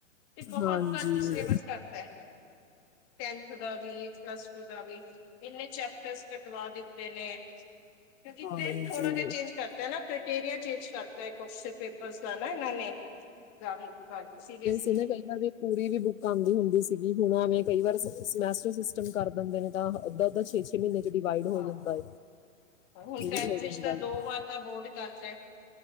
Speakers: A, on the left (about 35°); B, on the left (about 80°).
A: ਤੇ ਬਹੁਤ
B: ਹਾਂਜੀ
A: ਘੱਟ ਈ ਸਿਲੇਬਸ ਕਰਤਾ ਏ। ਟੈਂਥ ਦਾ ਵੀ ਪਲੱਸ ਟੂ ਦਾ ਵੀ। ਇੰਨੇ ਚੈਪਟਰਸ ਕਟਵਾ ਦਿੱਤੇ ਨੇ ਕਿਉਂਕਿ
B: ਹਾਂਜੀ
A: ਟੈਂਥ ਥੋੜਾ ਜਿਹਾ ਚੇਂਜ ਕਰ ਨਾ ਕ੍ਰੈਟੇਰੀਆ ਚੇਂਜ ਕਰਤਾ ਐ ਕੋਸਚਨ ਪੇਪਰਸ ਦਾ ਨਾ ਇਨਾਂ ਨੇ। ਜਾ ਵੇ ਘਰ ਸੀਰੀਅਸ
B: ਕਿੰਨੇ ਪੈਹਾਂ ਦੀ ਪੂਰੀ ਵੀ ਬੁੱਕ ਆਂਦੀ ਹੁੰਦੀ ਸੀਗੀ ਹੁਣ ਐਵੇਂ ਕਈ ਵਾਰ ਸਮੈਸਟਰ ਸਿਸਟਮ ਕਰ ਦਿੰਦੇ ਨੇ ਤਾਂ ਅੱਧਾ ਅੱਧਾ, ਛੇ ਛੇ ਮੀਨੇ ਚ ਡਿਵਾਈਡ ਹੋ
A: ਹਾਂ
B: ਜਾਂਦਾ ਐ
A: ਹੁਣ
B: ਏ ਵੀ ਹੋ ਜਾਂਦਾ
A: ਵਿੱਚ ਤਾਂ
B: ਐ।
A: ਦੋ ਵਾਰ ਤਾਂ ਬੋਰਡ ਚੱਲਸੇ